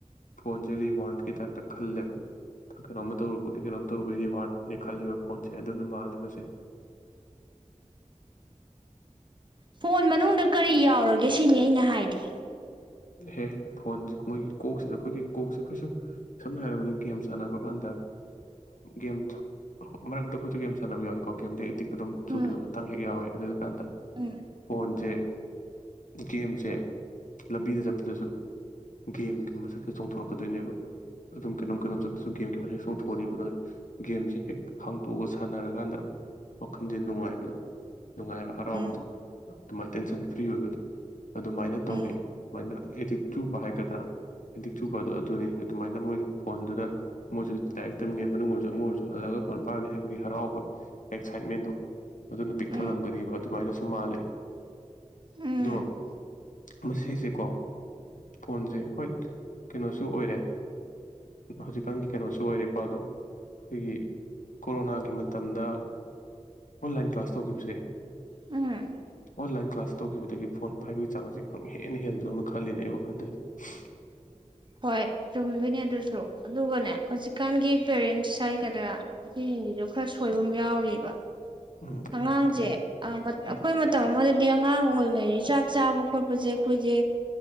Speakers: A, on the left; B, on the right.
A: ꯐꯣꯟꯁꯦ ꯔꯤꯋꯥꯔꯠꯀꯤ ꯇꯥꯏꯞꯇ ꯈꯜꯂꯦꯕ ꯀꯩꯅꯣꯝ ꯇꯧꯔꯨꯕꯒꯤ ꯀꯩꯅꯣꯝ ꯇꯧꯔꯨꯕꯒꯤ ꯔꯤꯋꯥꯔꯠꯅꯦ ꯈꯜꯂꯦꯕ ꯐꯣꯟꯁꯦ ꯑꯗꯨꯅ ꯃꯥꯜꯂꯦ ꯃꯁꯦ
B: ꯐꯣꯟ ꯃꯅꯨꯡꯗ ꯀꯔꯤ ꯌꯥꯎꯔꯒꯦ ꯁꯤꯅꯤ ꯑꯩꯅ ꯍꯥꯏꯗꯤ
A: ꯍꯦ ꯐꯣꯟꯁꯤ ꯃꯣꯏꯒꯤ ꯀꯣꯛꯁꯤꯗ ꯑꯩꯈꯣꯏꯒꯤ ꯀꯣꯛꯁꯦ ꯑꯩꯈꯣꯏꯁꯨ ꯁꯝꯅ ꯍꯥꯏꯔꯕꯗ ꯒꯦꯝ ꯁꯥꯟꯅꯕ ꯀꯥꯟꯗ ꯒꯦꯝ ꯃꯔꯛꯇ ꯑꯩꯈꯣꯏꯁꯨ ꯒꯦꯝ ꯁꯥꯟꯅꯕ ꯌꯥꯎꯋꯤꯀꯣ ꯒꯦꯝꯗ ꯑꯦꯗꯤ ꯑꯗꯨꯝ
B: ꯎꯝ
A: ꯆꯨꯈꯤꯕ ꯃꯇꯥꯡ ꯍꯦꯛ ꯌꯥꯎꯋꯦ ꯑꯗꯨ ꯀꯥꯟꯗ
B: ꯎꯝ
A: ꯐꯣꯟꯁꯦ ꯒꯦꯝꯁꯦ ꯂꯝꯕꯤꯗ ꯆꯠꯄꯗꯁꯨ ꯒꯦꯝꯒꯤ ꯃꯁꯛꯁꯦ ꯆꯣꯡꯊꯣꯔꯛꯀꯗꯣꯏꯅꯦꯕ ꯑꯗꯨꯝ ꯀꯩꯅꯣꯝ ꯀꯩꯅꯣꯝ ꯆꯠꯄꯗꯁꯨ ꯒꯦꯝꯒꯤ ꯃꯁꯛ ꯆꯣꯡꯊꯣꯛꯑꯅꯦꯕ ꯑꯗꯨꯅ ꯒꯦꯝꯁꯦ ꯍꯦꯛ ꯍꯥꯡꯇꯣꯛꯑꯒ ꯁꯥꯟꯅꯔꯀꯥꯟꯗ ꯑꯃꯨꯛ ꯋꯥꯈꯜꯁꯦ ꯅꯨꯡꯉꯥꯏꯕꯗꯣ ꯅꯨꯡꯉꯥꯏꯕ ꯍꯔꯥꯎꯕꯗꯣ
B: ꯎꯝ
A: ꯑꯗꯨꯃꯥꯏꯅ ꯇꯦꯟꯁꯟ ꯐ꯭ꯔꯤ ꯑꯣꯏꯕꯗꯣ ꯑꯗꯨꯃꯥꯏ ꯇꯧꯋꯦ
B: ꯎꯝ
A: ꯑꯗꯨꯨꯃꯥꯏꯅ ꯑꯦꯗꯤꯛ ꯆꯨꯕ ꯍꯥꯏꯒꯗ꯭ꯔꯥ ꯑꯦꯗꯤꯛ ꯆꯨꯕꯗꯣ ꯑꯗꯨꯅꯤ ꯑꯗꯨꯃꯥꯏꯅ ꯃꯣꯏꯁꯨ ꯐꯣꯟꯗꯨꯗ ꯃꯣꯏꯁꯨ ꯂꯥꯏꯔꯤꯛ ꯇꯝꯃꯤꯉꯩ ꯃꯅꯨꯡ ꯑꯣꯏꯔꯁꯨ ꯑꯃꯣꯏ ꯑꯣꯏꯔꯁꯨ ꯍꯜꯂꯛꯑꯒ ꯐꯣꯟ ꯄꯥꯏꯔꯅꯤ ꯍꯥꯏꯕꯒꯤ ꯍꯔꯥꯎꯕ ꯑꯦꯛꯁꯥꯏꯠꯃꯦꯟꯗꯣ ꯑꯗꯨꯅ ꯄꯤꯛ
B: ꯎꯝ
A: ꯊꯜꯂꯝꯒꯅꯦꯕ ꯑꯗꯨꯃꯥꯏꯅ ꯁꯨꯃꯂꯦ
B: ꯎꯝ
A: ꯗꯣ ꯃꯁꯤꯁꯦꯀꯣ ꯐꯣꯟꯁꯦ ꯍꯣꯏ ꯀꯩꯅꯣꯁꯨ ꯑꯣꯏꯔꯦ ꯍꯧꯖꯤꯛꯀꯥꯟꯒꯤ ꯀꯩꯅꯣꯁꯨ ꯑꯣꯏꯔꯦꯀꯣ ꯑꯗꯣ ꯑꯩꯈꯣꯏꯒꯤ ꯀꯣꯔꯣꯅꯥꯒꯤ ꯃꯇꯝꯗ ꯑꯣꯟꯂꯥꯏꯟ ꯀ꯭ꯂꯥꯁ ꯇꯧꯈꯤꯕꯁꯦ
B: ꯎꯝ
A: ꯑꯣꯟꯂꯥꯏꯟ ꯀ꯭ꯂꯥꯁ ꯇꯧꯈꯤꯕꯗꯒꯤ ꯐꯣꯟ ꯐꯥꯏꯕꯒꯤ ꯆꯥꯡꯁꯦ ꯍꯦꯟꯅ ꯍꯦꯟꯕꯗꯧꯅ ꯈꯜꯂꯤꯅꯦ ꯑꯩ ꯋꯥꯈꯜꯗꯗꯤ
B: ꯍꯣꯏ ꯆꯨꯝꯗꯣꯏꯅꯦ ꯑꯗꯨꯁꯨ ꯑꯗꯨꯒꯅꯦ ꯍꯧꯖꯤꯛꯀꯥꯟꯒꯤ ꯄꯦꯔꯦꯟꯁ ꯍꯥꯏꯒꯗ꯭ꯔꯥ ꯑꯩꯈꯣꯏꯁꯤꯡꯁꯤꯁꯨ ꯈꯔ ꯁꯣꯏꯕ ꯌꯥꯎꯔꯤꯕ
A: ꯎꯝ
B: ꯑꯉꯥꯡꯁꯦ
A: ꯀꯩ
B: ꯑꯩꯈꯣꯏ
A: ꯎꯝ
B: ꯃꯇꯝ ꯑꯃꯗꯗꯤ ꯑꯉꯥꯡ ꯑꯣꯏꯕ ꯉꯦꯔꯤ ꯆꯥꯛ ꯆꯥꯕ ꯈꯣꯠꯄꯁꯦ ꯑꯩꯈꯣꯏꯁꯦ